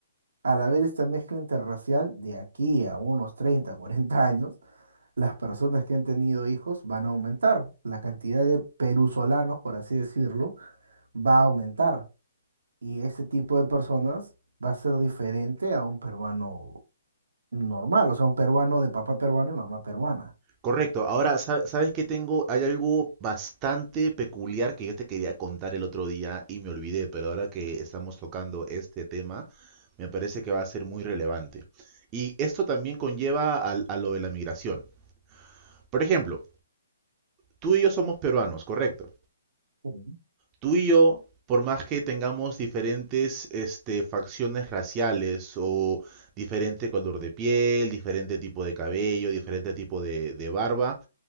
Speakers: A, on the right; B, on the right.
A: Al haber esta mezcla interracial, de aquí a unos 30 40 años, las personas que han tenido hijos van a aumentar. La cantidad de perusolanos, por así decirlo, va a aumentar. Y ese tipo de personas va a ser diferente a un peruano normal, o sea, un peruano de papá peruano y mamá peruana.
B: Correcto. Ahora, sa- ¿sabes qué tengo? Hay algo bastante peculiar que yo te quería contar el otro día y me olvidé, pero ahora que estamos tocando este tema, me parece que va a ser muy relevante. Y esto también conlleva al- a, lo de la migración. Por ejemplo, tú y yo somos peruanos, correcto.
A: Sí,
B: Tú y yo, por más que tengamos diferentes este, facciones raciales o diferente color de piel, diferente tipo de cabello, diferente tipo de de barba,